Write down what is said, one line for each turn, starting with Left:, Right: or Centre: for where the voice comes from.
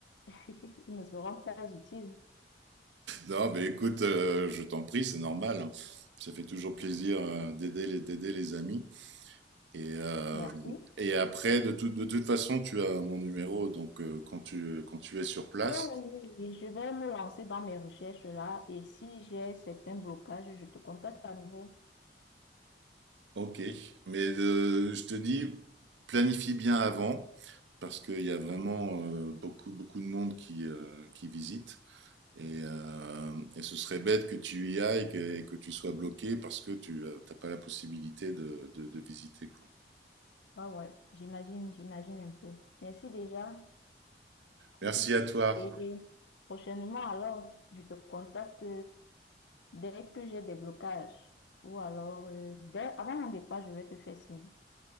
Left: <laughs> Ils me seront très utiles.
Right: Non, mais écoute, euh, je t'en prie, c'est normal. hein. Ça fait toujours plaisir, euh, d'aider les, d'aider les amis. Et, euh,
Left: Merci.
Right: et après, de, tout- de toute façon, tu as mon numéro, donc euh, quand tu, quand tu es sur place,
Left: Oui, oui, oui, je vais me lancer dans mes recherches là et si j'ai certains blocages, je te contacte à nouveau.
Right: ok. Mais euh, je te dis, planifie bien avant, parce qu'il y a vraiment euh, beaucoup, beaucoup de monde qui, euh, qui visite. Et, euh, et ce serait bête que tu y ailles que- et que, tu sois bloqué parce que tu n'as pas la possibilité de, de, de visiter, quoi.
Left: Ah ouais, j'imagine, j'imagine un peu. Merci déjà. <laughs>
Right: Merci à toi.
Left: Et prochainement, alors, je te contacte dès que j'ai des blocages ou alors, euh, dès, avant mon départ, je vais te faire signe.